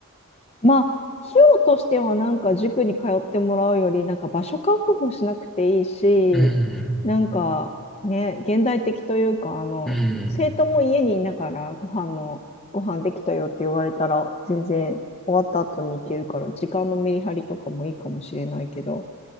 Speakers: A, on the left; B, in the centre.
A: まあ、費用としてはなんか塾に通ってもらうより、なんか場所確保しなくていいし、
B: う。うん。
A: なんかね、現代的というか、あの、
B: うん。
A: 生徒も家にいながらご飯の、ご飯できたよって言われたら、全然終わった後に行けるから、時間のメリハリとかもいいかもしれないけど。